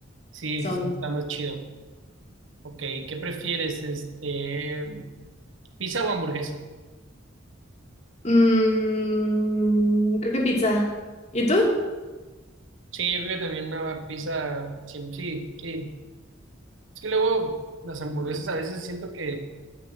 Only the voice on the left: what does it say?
son.
Mm, creo que pizza. ¿Y tú?